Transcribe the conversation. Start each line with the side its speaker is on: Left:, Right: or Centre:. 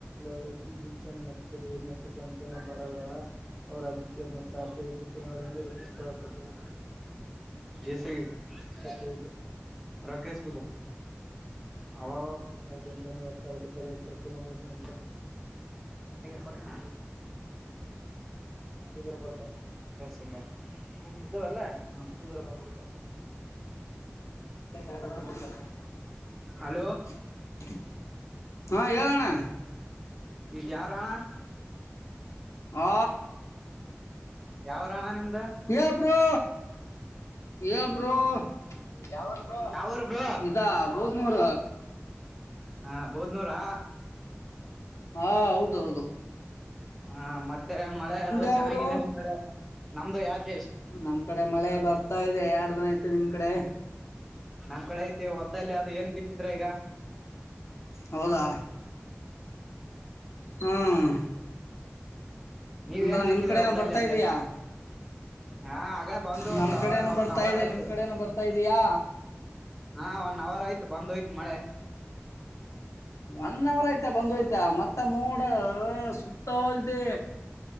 Centre: ಲೋಗ ಮತ್ ಮತ್ತ ಗಂಟಿನ ಭಾರಗಳ ಅವ ರಾಜಕೀಯ ಮತ್ತು ಆರ್ಥಿಕ ಚಿಂತನೆಗಳನ್ನು ರೂಪಿಸಿಕೊಳ್ಳಪಟ್ಟವು ಎಸ <inaudible> ರಾಕೇಶ್ ಬುಧ ಅವ ಸಾವಿರದ ಒಂಬೈನೂರ ಹತ್ತಲ್ಲಿ ಪದ ಪೂರ್ಣಗೊಳಿಸ ಬಸ್ ಕೊಡ್ತಿನ ಬದರ ಬರ್ತಾವ ಸಿಂಗ ನಿಮ್ದಿದ್ದಾವಲ್ಲಾ ಹ್ಮ್ ಪೂದರ ಬಂದ್ಬಡ್ತಾವ್
Left: <unintelligible>
Centre: ಹಲೋ
Left: ಹಾ ಹೇಳಣ್ಣ
Centre: ಇದ್ ಯಾರಣ
Left: ಆ
Centre: ಯಾವ್ರಣ ನಿಮ್
Left: ಹೇಳ್ ಬ್ರೋ ಹೇಳ ಬ್ರೋ, ಯಾವೂರು ಬ್ರೋ
Centre: ಯಾವೂರ್ ಬ್ರೋ
Left: ಇದಾ ಬೂ ದ್ನೂರ
Centre: ಹಾ ಬೂದ್ನೂರಾ
Left: ಹಾ ಹೌದೌದು
Centre: ಹಾ ಮತ್ತೆ ಮಳೆ ಅದು
Left: ಯಾವರು
Centre: ಚೆನ್ನಾಗಿದೆ ನಿಮ್ ಕಡೆ ನಮ್ದು ಯಾತ್
Left: ನಮ್ ಕಡೆ ಮಳೆ ಬರ್ತಾ ಇದೆ ಯಾಡ್ ದಿನ ಆಯ್ತು ನಿಮ್ ಕಡೆ.
Centre: ನಮ್ ಕಡೆ ಐತಿ ಹೊಲ್ದಲ್ಲಿ ಅದು ಏನ್ ಬಿತ್ತಿದ್ರ ಈಗ
Left: ಹೌದಾ ಹ್ಮ್
Centre: ನೀವೇನ್
Left: ಅಂದ್ರೆ
Centre: ಹಾಕಿದ್ರ
Left: ನಿಮ್ ಕಡೆನ
Centre: ಹೊಲ್ದಲ್ಲಿ
Left: ಬರ್ತಾ
Centre: ಅಂದೆ
Left: ಇದೀಯಾ
Centre: ಹಾ ಆಗ ಬಂದು
Left: ನಮ್
Centre: ಒಂದ್
Left: ಕಡೆನ
Centre: ಅವರ್ ಒನ್
Left: ಬರ್ತಾ
Centre: ಅವರ್
Left: ಇದೆ
Centre: ಆಯ್ತು
Left: ನಿಮ್ ಕಡೆನ ಬರ್ತಾ ಇದೀಯಾ
Centre: ಹಾ ಒನ್ ಅವರ್ ಆಯ್ತು ಬಂದೋಯ್ತು ಮಳೆ.
Left: ಒನ್ ಅವರ್ ಆಯ್ತಾ ಬಂದೋಯ್ತಾ ಮತ್ತ ಮೋಡ ಸುತ್ತಾ ಇದೆ